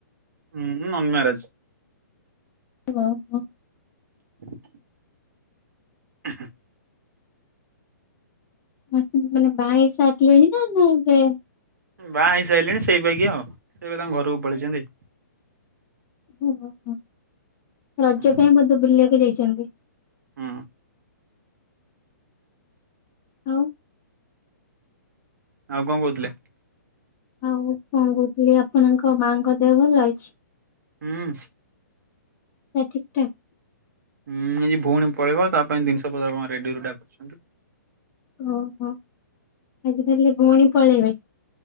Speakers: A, on the right; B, on the left.
A: ହୁଁ ହୁଁ ନନ୍ ମ୍ୟାରେଜ୍।
B: ଓହୋ
A: <inaudible> <inaudible>
B: ସମସ୍ତ ମାନେ ବାହା ସାରିଲେଣି ନା ଏବେ
A: ବାହା ହେଇ ସାରିଲେଣି ସେଇବାଗିଆ ଆଉ ସେ ଏବେ ତାଙ୍କ ଘରକୁ ପଳେଇଛନ୍ତି।
B: ଓ ହୋ ହୋ ରଜ
A: ହୁଁ
B: ପାଇଁ ବୋଧେ ବୁଲିବାକୁ ଯାଇଛନ୍ତି।
A: ହଁ।
B: ଆଉ।
A: ଆଉ କଣ କହୁଥିଲେ?
B: ଆଉ କଣ କହୁଥିଲି ଆପଣଙ୍କ ମା ଙ୍କ ଦେହ ଭଲ ଅଛି?
A: ହୁଁ
B: ପୁରା ଠିକ୍ ଠାକ୍
A: ହୁଁ ଆଜି ଭଉଣୀ ପଳେଇବ ତାପାଇଁ ଜିନିଷ ପତର କଣ ରେଡ଼ି ରୁଡ଼ା କରୁଛନ୍ତି।
B: ଓହୋ ଆଜି ତାହଲେ ଭଉଣୀ ପଳେଇବେ?